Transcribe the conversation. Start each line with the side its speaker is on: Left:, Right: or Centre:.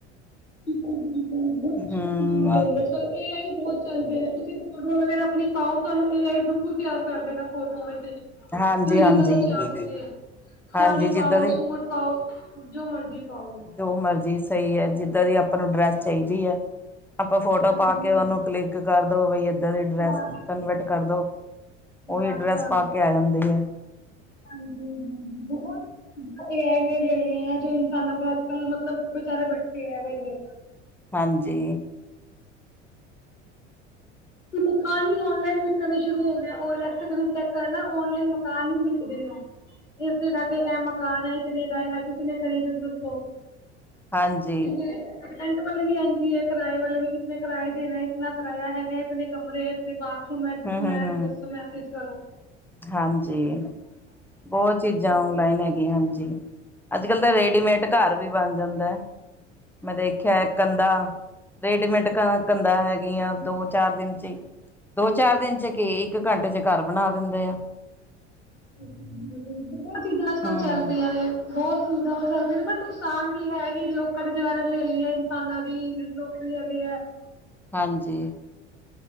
Left: ਬਿਲਕੁਲ ਬਿਲਕੁਲ ਬਹੁਤ ਕੁਛ
Centre: ਹਮ
Left: ਮਿਲ, ਚੱਲ ਇਹ ਆ ਵੀ ਬਹੁਤ <unintelligible> <unintelligible> ਚੱਲਦੇ ਆ ਤੁਸੀਂ ਫੋਟੋਆਂ ਵਗੈਰਾ ਆਪਣੀ ਪਾਓ ਤੁਹਾਨੂੰ ਏ- ਆਯੀ ਬਿਲਕੁਲ ਤਿਆਰ ਕਰ ਦੇਗਾ ਫੋਟੋਆਂ ਵਿੱਚ।
Centre: ਹਾਂਜੀ
Left: ਤੁਸੀਂ
Centre: ਹਾਂਜੀ
Left: ਜਿਦਾ ਦਾ ਚਾਹੋਂਗੇ। ਸਾਰੀ
Centre: ਹਾਂਜੀ ਜਿੱਦਾਂ
Left: ਪਾਓ,
Centre: ਦੀ
Left: ਸੂਟ ਪਾਓ, ਜੋ ਮਰਜ਼ੀ ਪਾਓ।
Centre: ਜੋ ਮਰਜ਼ੀ ਸਈ ਐ, ਜਿੱਦਾਂ ਦੀ ਆਪਾਂ ਨੂੰ ਡਰੈੱਸ ਚਈਦੀ ਐ। ਆਪਾਂ ਫੋਟੋ
Left: ਹਾਂਜੀ
Centre: ਪਾ ਕੇ ਉਹਨੂੰ ਕਲਿੱਕ ਕਰਦੋ, ਬਈ ਏਦਾਂ ਦੀ ਅਡਰੈਸ
Left: ਬਸ
Centre: ਕਨਵਰਟ ਕਰਦੋ।
Left: ਬਸ
Centre: ਓਈ ਡਰੈਸ
Left: ਬਸ
Centre: ਪਾ ਕੇ ਆ ਜਾਂਦੀ ਐ।
Left: ਹਾਂਜੀ ਹਾਂ, ਬਹੁਤ ਏ ਆਯੀ ਨੇ ਲੇ ਲਈ ਏਂ, ਜੋ ਇਨਸਾਨਾਂ ਕੋਲ ਆਜ ਕੱਲ ਮਤਲਬ ਬੇਚਾਰੇ ਬੈਠੇ ਐ ਵੇਹਲੇ
Centre: ਹਾਂਜੀ।
Left: ਹੂੰ <unintelligible> ਮਕਾਨ ਹੀ ਔਨਲਾਈਨ ਵਿਕਣੇ ਸ਼ੁਰੂ ਹੋ ਗਿਆ, ਓਲੇਕ੍ਸ ਕਦੇ ਚੈੱਕ ਕਰਨਾ ਔਨਲਾਈਨ ਮਕਾਨ ਵੀ ਵਿਕਦੇ ਐ। ਇਸ ਜਗ੍ਹਾ ਤੇ ਐ ਮਕਾਨ ਏ, ਇਤਨੇ ਦਾ ਹੈ, ਕਿਸੇ ਨੇ ਖਰੀਦਨਾ ਦੱਸੋ?
Centre: ਹਾਂਜੀ
Left: ਰੈਂਟ ਵਾਲੇ ਵੀ ਇੰਜੀ ਐ ਕਿਰਾਏ ਵਾਲੇ ਵੀ ਕਿਸਨੇ ਕਿਰਾਏ ਦੇਣਾ, ਇਤਨਾ ਆਇਆ ਹੈਗਾ, ਇਤਨੇ ਕਮਰੇ, ਇਤਨੇ ਬਾਥਰੂਮ ਐ ਤੁਸੀ
Centre: ਹਮ ਹਮ
Left: ਆਇਆ
Centre: ਹਮ
Left: ਤੁ ਉਸ ਨੂੰ ਮੈਸੇਜ ਕਰੋ।
Centre: ਹਾਂਜੀ, ਬਹੁਤ ਚੀਜ਼ਾਂ ਓਨਲਾਈਨ ਹੈਗੀਆਂ ਹਾਂਜੀ। ਅੱਜ ਹੁਣ ਤੇ ਰੇਡੀਮੇਟ ਘਰ ਵੀ ਬਣ ਜਾਂਦੈ। ਮੈਂ ਦੇਖਿਆ ਕੰਧਾਂ, ਰੇਡੀਮੇਟ ਕੰਧਾਂ ਹੈਗੀਆਂ ਦੋ ਚਾਰ ਦਿਨ ਚ ਹੀ ਦੋ-ਚਾਰ ਦਿਨ ਚ ਕੀ? ਇੱਕ ਘੰਟੇ ਚ ਘਰ ਬਣਾ ਦਿੰਦੇ ਆ।
Left: ਬਹੁਤ ਚੀਜ਼ਾਂ ਅੱਜ-ਕੱਲ
Centre: ਹਮ।
Left: ਚੱਲ ਪਈਆਂ ਨੇ ਬਹੁਤ ਸੁਵਿਧਾਵਾਂ ਚੱਲਦੀ ਨੇ ਪਰ ਨੁਕਸਾਨ ਵੀ ਹੈਗੀ ਲੋਕਾਂ ਦੀ ਜਾਨ ਲੇਲੀ ਹੈ, ਇਨਸਾਨਾਂ ਦੀ ਲੋਕ ੱਲ <unintelligible>
Centre: ਹਾਂਜੀ।